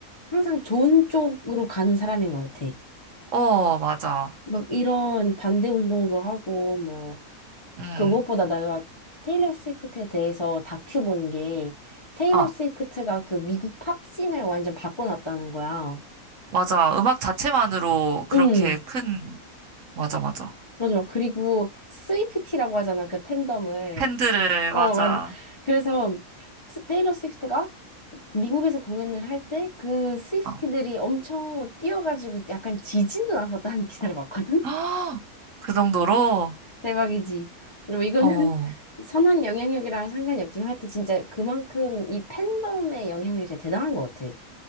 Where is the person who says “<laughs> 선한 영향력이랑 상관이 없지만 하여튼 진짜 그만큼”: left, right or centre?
Left